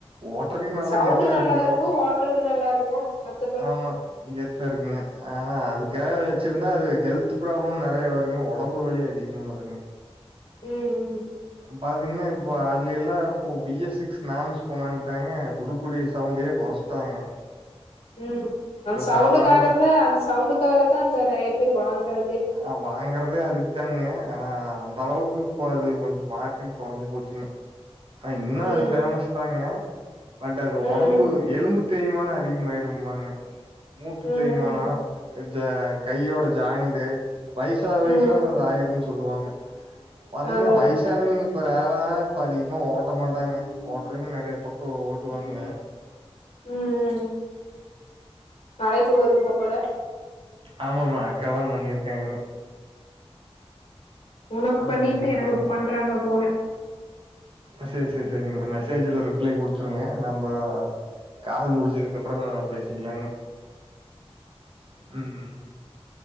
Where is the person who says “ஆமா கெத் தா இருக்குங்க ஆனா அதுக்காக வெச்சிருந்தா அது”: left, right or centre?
Right